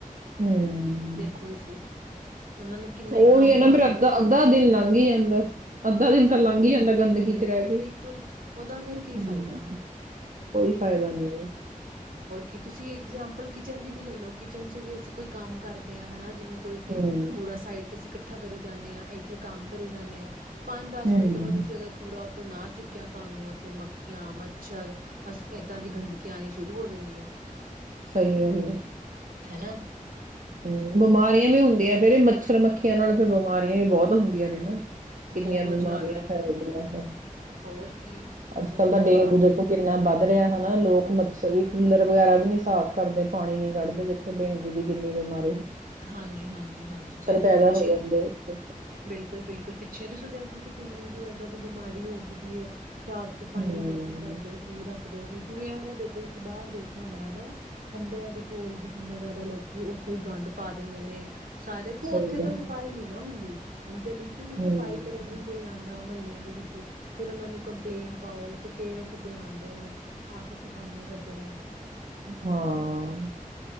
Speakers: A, on the right (about 65°); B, on the right (about 80°).
A: ਹੂੰ।
B: ਦੇਖੋ ਤੁਸੀਂ ਉਹਨਾਂ ਨੇ ਕਿੰਨਾ
A: ਉਹੀ
B: ਹੀ ਕੰਮ
A: ਹੈ ਨਾ
B: ਪਾ
A: ਫੇਰ ਅੱਧਾ
B: ਕੇ ਰੱਖਿਆ
A: ਅੱਧਾ
B: ਹੁੰਦਾ ਹੈ,
A: ਦਿਨ ਲੰਘ ਹੀ ਜਾਂਦਾ ਅੱਧਾ
B: ਤੇ
A: ਦਿਨ
B: ਉਹਦਾ
A: ਤਾਂ ਲੰਘ
B: ਵੀ
A: ਹੀ ਜਾਂਦਾ ਗੰਦਗੀ
B: ਬਿਲਕੁਲ-ਬਿਲਕੁਲ
A: ਚ ਰਹਿ ਕੇ
B: ਉਹਦਾ ਫਿਰ ਕੀ
A: ਹਮ
B: ਫ਼ਾਇਦਾ
A: ਕੋਈ ਫਾਇਦਾ ਨੀ ਉਹਦਾ
B: ਕਿ ਤੁਸੀਂ ਇਗਜਾਮਪਲ ਕਿਚਨ ਦੀ ਵੀ ਲੈ ਲਓ ਕਿਚਨ ਚ ਵੀ ਅਸੀਂ ਕੋਈ ਕੰਮ ਕਰਦੇ ਹਾਂ ਹਨਾ ਜਿਵੇਂ ਕੋਈ ਉੱਥੇ
A: ਹੂੰ,
B: ਕੂੜਾ ਸਾਈਡ ਤੇ ਅਸੀਂ ਇਕੱਠਾ ਕਰੀ ਜਾਂਦੇ ਹਾਂ ਇੱਥੇ ਕੰਮ ਕਰੀ ਜਾਂਦੇ ਹਾਂ ਪੰਜ ਦਸ
A: ਹੂੰ।
B: ਮਿੰਟ ਬਾਦ ਤੁਸੀਂ ਅਗਰ ਕੂੜਾ ਤੋਂ ਨਾ ਚੁੱਕਿਆ ਤੁਹਾਨੂੰ ਉੱਥੇ ਮੱਖੀਆਂ ਮੱਛਰ ਅਸ ਏਦਾਂ ਦੀ ਗੰਦਗੀ ਆਉਣੀ ਸ਼ੁਰੂ ਹੋ ਜਾਂਦੀ ਹੈ
A: ਸਹੀ ਗੱਲ
B: ਹਨਾ
A: ਹਮ ਬਿਮਾਰੀਆਂ ਵੀ ਹੁੰਦੀਆਂ ਫੇਰ ਇਹ ਮੱਛਰ ਮੱਖੀਆਂ ਨਾਲ ਫ ਬਿਮਾਰੀਆਂ ਵੀ ਬਹੁਤ ਹੁੰਦੀਆਂ ਨੇ ਨਾ ਕਿੰਨੀਆਂ
B: ਬਹੁਤ
A: ਬਿਮਾਰੀਆਂ
B: ਜ਼ਿਆਦਾ
A: ਫੈਲ ਗਈਆਂ ਹੈ
B: ਹੋਰ ਕੀ ਸਮਝ
A: ਅੱਜ ਕੱਲ ਤਾਂ
B: ਤੋਂ
A: ਡੇਂਗੂ
B: ਬਾਹਰ
A: ਦੇਖੋ
B: ਹੋ ਜਾਂਦਾ।
A: ਕਿੰਨਾ ਵੱਧ ਰਿਹਾ ਹਨਾ ਲੋਕ ਮੱਛਰ ਵੀ ਕੂਲਰ ਵਗੈਰਾ ਵੀ ਨੀ ਸਾਫ਼ ਕਰਦੇ ਪਾਣੀ ਨੀ ਕੱਢਦੇ ਦੇਖੋ ਡੇਂਗੂ ਦੀ ਨ
B: ਹਾਂਜੀ ਹਾਂਜੀ ਹਾਂਜੀ ਪਹਿਲੇ
A: ਪੈਦਾ
B: ਪਿੱਛੇ
A: ਹੋ ਜਾਂਦੇ ਉੱਥੇ
B: ਬਿਲਕੁਲ ਬਿਲਕੁਲ ਪ ਛਨੀ ਸੋਚ ਤੁਸੀਂ ਕਿੰਨੀ ਕੁ ਏਦਾਂ ਦੀ ਬਿਮਾਰੀ ਹੋ ਗਈ ਸਾਫ਼ ਸਫ਼ਾਈ
A: ਹਮ
B: ਨ ਲੋਕੀ ਕਰਦੇ ਸੀ ਰੱਖ ਦੇ ਸੀ ਜਿਵੇਂ ਇਹ ਦੇਖੋ ਤੁਸੀਂ ਬਾਹਰ ਦੇਖਿਆ ਹੋਣਾ ਹਨਾ ਖੰਭਿਆਂ ਦੇ ਕੋਲ ਵੀ ਕਿੰਨਾ ਜ਼ਿਆਦਾ ਲੋਕੀ ਉੱਥੇ ਹੀ ਗੰਦ ਪਾ ਦਿੰਦੇ ਨੇ ਸਾਰੇ ਕੋੋ
A: ਸਹੀ
B: ਉੱਥੇ
A: ਗੱਲ
B: ਤਾਂ ਸਫ਼ਾਈ ਨੀ ਨਾ ਹੁੰਦੀ ਹੁਣ ਗਲੀ ਚ
A: ਹੈ।
B: ਵੀ ਸਫ਼ਾਈ
A: ਹਮ
B: ਕਰਨ ਨੀ ਕੋਈ ਆਉਂਦਾ ਮਹੱਲਿਆਂ ਵਿੱਚ ਫੇਿਰ ਉਹਨਾ ਨੂੰ ਕੰਪਲੇਂਟ ਪਾਓ ਤੇ ਫੇਰ ਉਹ ਕਿਤੇ ਆਉਂਦੇ ਨੇ ਆ ਕੇ ਸਫਾਈਆਂ ਕਰਦੇ ਨੇ
A: ਹਾਂ